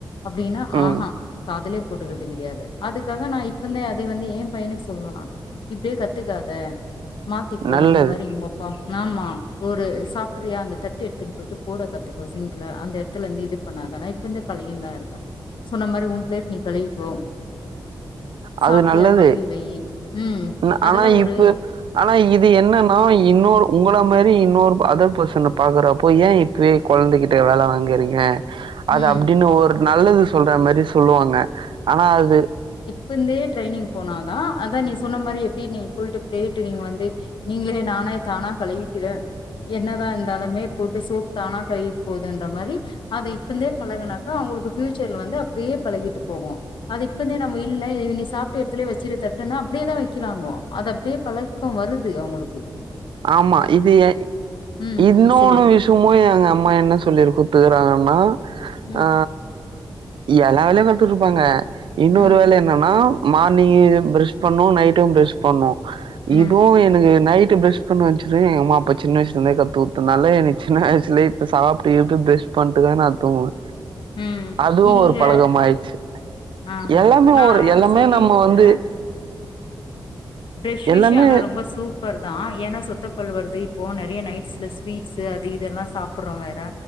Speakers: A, on the left; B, on the right.
A: அப்டின்னா
B: ம்
A: ஆஹ்ஹா காதுலே போட்டுக்குறது கெடையாது அதுக்காக நா இப்பந்தே அதே வந்து ஏ பையனுக் சொல்வ நா இப்டியே கத்துக்காத மாத்திக்கோ
B: நல்லது
A: இந்த மாரி உங்கப்பா ஆமா ஒரு சாப்புர்றியா அந்த தட்டு எடுத்துன் போயிட்டு போட கத்துக்கோ சிங்க்ல அந்த எட்த்துலேந்து இது பண்ணாத இப்பருந்தே பழகிர்ந்தா சொன்ன மாரி ஓ ப்ளேட் நீ கழுவிக்கோ
B: அது
A: சாப்ட்டியா
B: நல்லது
A: கழுவி வையி ம்
B: ன
A: அதெல்லா
B: ஆனா
A: ஒரு
B: இப்ப ஆனா இது என்னன்னா இன்னொரு உங்கள மாரி இன்னொரு அதர் பர்சன பாக்குறப்போ ஏ இப்பவே கொழந்தக்கிட்ட வேல வாங்குறீங்க அது
A: ம்
B: அப்டின்னு ஒரு நல்லது சொல்ற மாரி சொல்லுவாங்க ஆனா அது
A: பருந்தே ட்ரைனிங் போனா தா அதா நீ சொன்ன மாரி எப்டி நீ போய்ட்டு ப்ளேட்டு நீங்க வந்து நீங்களே நானே தானா கழுவிக்கிறே என்னதாருந்தாலுமே போட்டு சோப் தானா கை போதுன்ற மாரி அத இப்பந்தே பழகுனாக்கா அவுங்களுக்கு ஃப்யூச்சர்ல வந்து அப்டியே பழகிட்டு போகு அது இப்பந்தே நம்ம இல்ல இது நீ சாப்ட்டு எட்த்லயே வெச்சிரு தட்டனா அப்டியேதா வெக்கிறாங்கோ அது அப்டியே பழக்கோ வருது அவுங்களுக்கு
B: ஆமா இது எ
A: ம்
B: இன்னொன்னு
A: ம் சொல்லிடு
B: விஷயமு எங்க அம்மா என்ன சொல்லி குத்துருக்குறாங்கனா
A: ம்
B: ஆ எல்லா வேலையு கத்துக் குடுப்பாங்க இன்னொரு
A: ம்
B: வேல என்னன்னா மார்னிங்கு ப்ரஷ் பண்ணு நைட்டு ப்ரஷ் பண்ணு
A: ம்
B: இதுவு எனக்கு நைட் டு ப்ரஷ் <unintelligible> எங்க அம்மா அப்ப சின்ன வயசுலந்தே கத்துக்குடுத்தனால எனக்கு சின்ன வயசுலயே இப்ப சாப்ட்டு ஈப்ட்டு ப்ரஷ் பண்ட்டுதா நா தூங்குவ
A: ம்
B: அதுவு
A: இங்க
B: ஒரு பழக்கம் ஆயிட்ச்சி
A: ஆஹா
B: எல்லாமே
A: நா
B: ஒரு எல்லாமே
A: சொல்லிருக்கே
B: நம்ம வந்து
A: ப்ரஷ் விஷ்யோ
B: எல்லாமே
A: ஆனா ரொம்ப சூப் பர் தா ஏன்னா சொத்த பல் வருது இப்போ ந றைய நைட்ஸ்ல ஸ்வீட்ஸு அ து இதெல்லா சாப்புர்றோ வேற